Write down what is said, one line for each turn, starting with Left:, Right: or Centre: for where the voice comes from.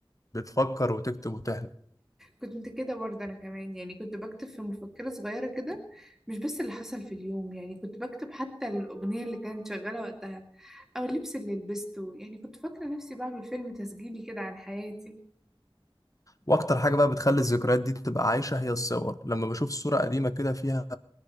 Left: بتفكر وتكتب وتحلم
Centre: كنت كده برضه أنا كمان يعني كنت بكتب في مفكرة صغيرة كده مش بس اللي حصل في اليوم يعني كنت بكتب حتى الأغنية اللي كانت شغالة وقتها أو اللبس اللي لبسته يعني كنت فاكرة نفسي بعمل فيلم تسجيلي كده عن حياتي
Left: واكتر حاجه بقى بتخلي الذكريات دي تبقى عايشه هي الصور لما بشوف صوره قديمه كده فيها